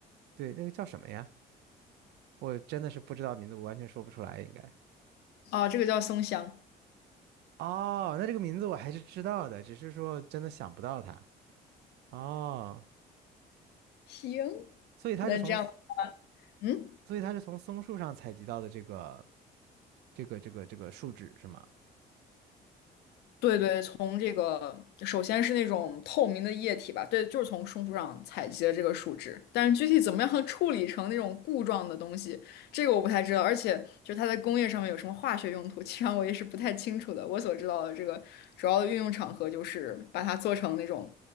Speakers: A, on the right; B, on the left.
A: 对，那个叫什么呀？我真的是不知道名字，我完全说不出来，应该。
B: 啊，这个叫松香。
A: 哦，那这个名字我还是知道的，只是说真的想不到它。哦，
B: 行，
A: 所以它是从，
B: 那这样，嗯，
A: 所以它是从松树上采集到的这个这个这个这个树脂是吗？
B: 对对，从这个首先是那种透明的液体吧，对，就是从松树上采集的这个树脂，但是具体怎么样处理成那种固状的东西，这个我不太知道，而且就是它在工业上面有什么化学用途，其实上我也是不太清楚的。我所知道的这个主要的运用场合就是把它做成那种